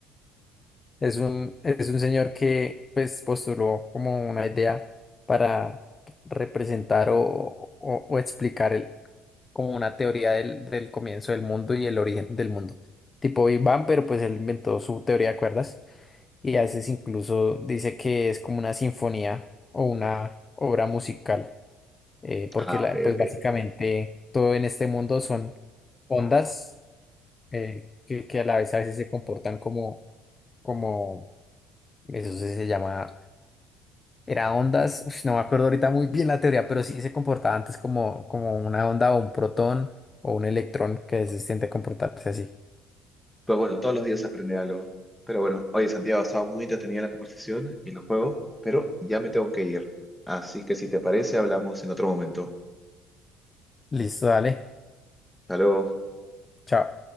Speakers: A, on the left (about 25°); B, in the centre.
A: Es un, es un señor que pues postuló como una idea para representar o, o, o explicar el- como una teoría del, del comienzo del mundo y el origen del mundo. Tipo Big Bang, pero pues él inventó su teoría de cuerdas y a veces incluso dice que es como una sinfonía o una obra musical, eh, porque
B: Ah,
A: la,
B: ok,
A: pues
B: ok.
A: básicamente todo en este mundo son ondas eh, que, que a la vez a veces se comportan como, como eso sí se llama. Era ondas. Uf, no me acuerdo ahorita muy bien la teoría, pero sí se comportaba antes como, como una onda o un protón o un electrón que se siente comportarse así.
B: Pues bueno, todos los días se aprende algo. Pero bueno, oye, Santiago, ha estado muy entretenida la conversación y el juego, pero ya me tengo que ir. Así que si te parece, hablamos en otro momento.
A: Listo, dale.
B: Hasta luego.
A: Chao.